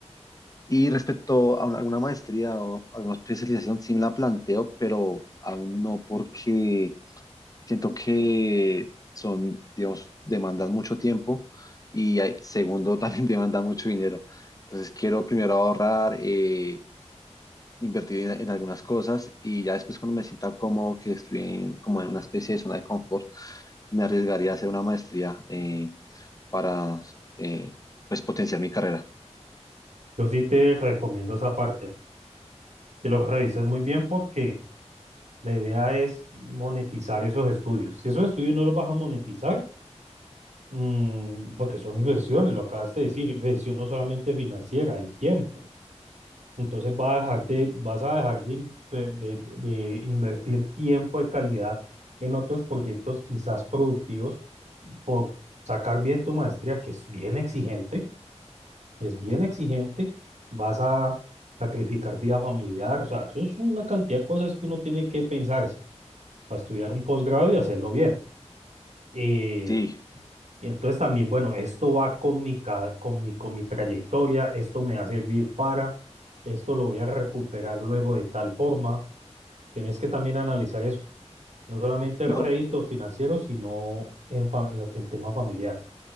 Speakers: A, on the left (about 30°); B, on the right (about 75°).
A: Y respecto a una- alguna maestría o alguna especialización, sí me la planteo, pero aún no porque siento que son, digamos, demandan mucho tiempo y hay- segundo, <laughs> también demanda mucho dinero. Entonces quiero primero ahorrar, eh, invertir en, en algunas cosas y ya después cuando me sienta cómodo, que estoy en- como en una especie de zona de confort, me arriesgaría a hacer una maestría eh, para eh, pues potenciar mi carrera.
B: Yo sí te recomiendo esa parte, que lo revises muy bien porque la idea es monetizar esos estudios. Si esos estudios no los vas a monetizar, Mm, porque son inversiones, lo acabas de decir, inversión no solamente financiera, en tiempo. Entonces vas a dejar de, vas a dejar de, inver- de- de- de invertir tiempo de calidad en otros proyectos quizás productivos por sacar bien tu maestría, que es bien exigente, es bien exigente, vas a sacrificar vida familiar, o sea, eso es una cantidad de cosas que uno tiene que pensar para estudiar un posgrado y hacerlo bien. Eh,
A: Sí,
B: Y entonces también, bueno, esto va con mi, ca- con mi, con mi trayectoria, esto me va a servir para, esto lo voy a recuperar luego de tal forma. Tienes que también analizar eso, no solamente
A: no,
B: réditos financieros, sino en, fa- en lo- el tema familiar.